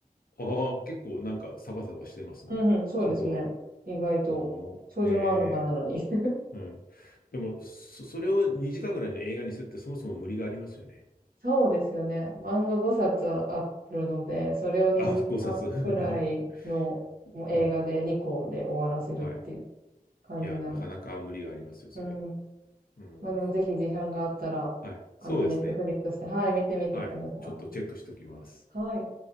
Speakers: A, on the left (about 75°); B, on the right (about 75°).
A: ああ、結構なんかサバサバしてますね、
B: うんうん、そうですね。
A: そこは。
B: 意外と。
A: ああ、
B: 少女漫画なのに。
A: へえ、
B: <laughs>
A: うん。でも、そ、それを2時間ぐらいの映画にするってそもそも無理がありますよね。
B: そうですよね。漫画5冊あるので、それを2時間くらいのもう映画で2個で終わらせるっていう
A: あ、5冊。<laughs> うん、はい。
B: 感じなので。
A: いや、なかなか無理がありますよ、それは。
B: うん。
A: うん、
B: まあでもぜひ時間があったら、
A: はい。そうですね。
B: あの、ネットフリックスで、はい、見てみてください。
A: はい。ちょっとチェックしておきます。
B: はい。